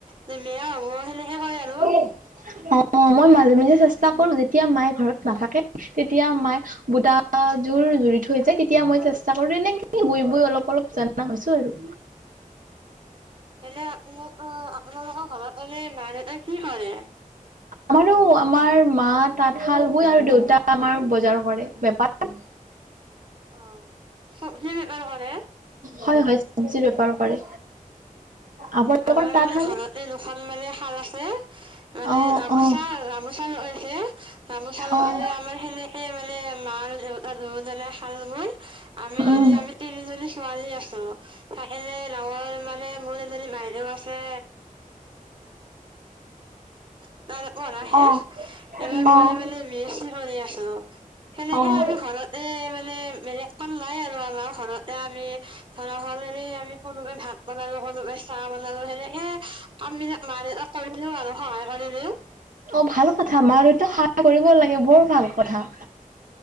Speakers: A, on the right; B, on the right.
A: যে বেয়া হ'ব সেনেকে কয়। আৰু।
B: <unintelligible> অ মই মাজে মাজে চেষ্টা কৰো যেতিয়া মায়ে ঘৰত নাথাকে তেতিয়া মায়ে বুটা যোৰ জুৰি থৈ যায় তেতিয়া মই চেষ্ট চাকৰি নে কি বই বই অলপ অলপ জনা হৈছো আৰু।
A: এনে আপোলোক আপোনালোকৰ ঘৰত এনে মা দেউতাই কি কৰে?
B: আমাৰো আমাৰ মা তাঁতশাল বৈ আৰু দেউতা আমাৰ বজাৰ কৰে বেপাৰ।
A: অ। চব্জি বেপাৰ কৰে?
B: হয় হয় চব্জিৰ বেপাৰ কৰে। আপোনালোকৰ
A: উম আমাৰ
B: তাঁতশাল
A: মানে ঘৰত এ দুখন মানে খাল আছে মানে
B: অ',
A: ৰামোচা
B: অ',
A: ৰামোচা লগাইছে। গামোচা লগালে
B: অ',
A: আমাৰ সেনেকে মানে মা দেউতা দুযোজনে শাল বয়, আমি
B: উম।
A: এনে আমি তিনিজনী ছোৱালী আছো থাকিলে ডাঙৰ মানে মোৰ বাইদেউ আছে, <unintelligible> পঢ়া শেষ
B: অ',
A: এইবাৰ
B: অ',
A: মই <unintelligible> সেনেকে
B: অ',
A: আমি ঘৰতে মানে বেলেগ কাম নাই আৰু আমাৰ। ঘৰতে আমি ধৰা হলেৰে আমি কোনোবাই <unintelligible> চাহ বনাও আৰু সেনেকে কাম বিলাক মান কৰি দিও আৰু সহায় কৰি দিও।
B: অ ভাল কথা মাৰ এইতটো কৰিব লাগে, বৰ ভাল কথা।